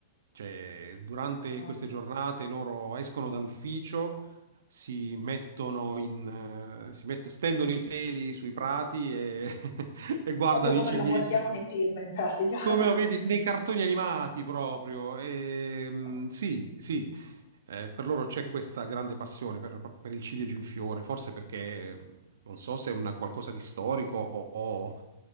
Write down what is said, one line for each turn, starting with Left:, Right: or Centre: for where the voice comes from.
Right: Cioè, durante
Left: Ah-ah.
Right: queste giornate loro escono dall'ufficio, si mettono in, eh, si mett- stendono i teli sui prati e, <laughs> e guardano
Left: Proprio come
Right: i ciliegi.
Left: lo guardiamo nei film in pratica.
Right: Come
Left: <laughs>
Right: lo vedi nei cartoni animati proprio. Ehm,
Left: Okay.
Right: sì, sì, Eh, per loro c'è questa grande passione per, proprio per il ciliegio in fiore, forse perché mh, non so se è una qualcosa di storico o, o